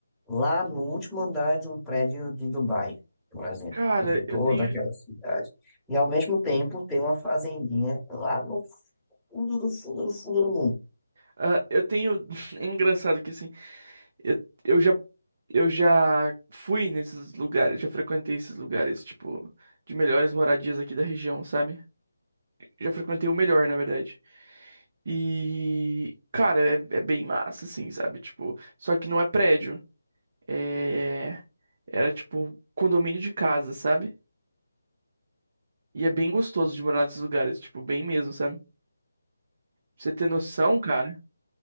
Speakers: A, in the centre; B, on the right.
A: lá no último andar de um prédio de Dubai, por exemplo,
B: Cara,
A: e vê toda
B: eu tenho,
A: aquela cidade. E ao mesmo tempo tem uma fazendinha lá no fundo do fundo do fundo do mundo.
B: ah, eu tenho, <laughs> é engraçado que assim, eu, eu já, eu já fui nesses lugares, já frequentei esses lugares, tipo, de melhores moradias aqui da região, sabe? Já frequentei o melhor, na verdade. E, cara, é, é bem massa, assim, sabe? Tipo, só que não é prédio. É, era tipo condomínio de casa, sabe? E é bem gostoso de morar nesses lugares, tipo, bem mesmo, sabe? Pra você ter noção, cara,